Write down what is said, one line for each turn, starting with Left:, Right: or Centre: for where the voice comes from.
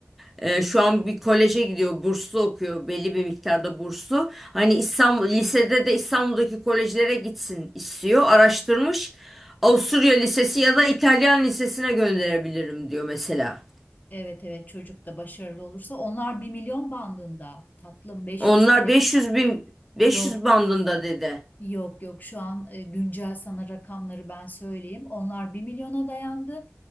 Centre: Ee, şu an bir koleje gidiyor, burslu okuyor, belli bir miktarda burslu. Hani İstanbul, lisede de İstanbul'daki kolejlere gitsin istiyor. Araştırmış. Avusturya Lisesi ya da İtalyan Lisesi'ne gönderebilirim diyor mesela.
Left: Evet evet çocuk da başarılı olursa onlar bir milyon bandında tatlım 500
Centre: Onlar
Left: bine
Centre: 500 bin 500
Left: yok.
Centre: bandında dedi.
Left: Yok yok şu an e, güncel sana rakamları ben söyleyeyim. Onlar bir milyona dayandı.